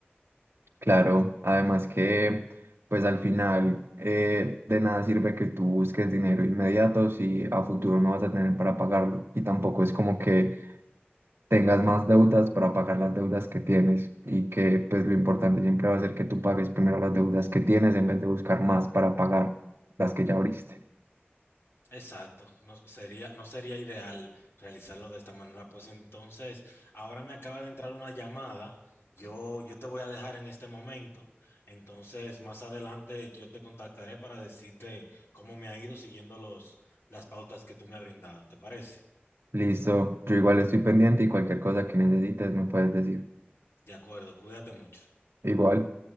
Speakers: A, on the right; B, on the left.
A: Claro, además que pues al final eh, de nada sirve que tú busques dinero inmediato si a futuro no vas a tener para pagarlo y tampoco es como que tengas más deudas para pagar las deudas que tienes y que pues lo importante siempre va a ser que tú pagues primero las deudas que tienes en vez de buscar más para pagar las que ya abriste.
B: Exacto, no sería, no sería ideal realizarlo de esta manera. Pues entonces, ahora me acaba de entrar una llamada. Yo, yo te voy a dejar en este momento. Entonces, más adelante yo te contactaré para decirte cómo me ha ido siguiendo los, las pautas que tú me has brindado. ¿Te parece?
A: Listo, yo igual estoy pendiente y cualquier cosa que necesites me puedes decir.
B: De acuerdo, cuídate mucho.
A: Igual.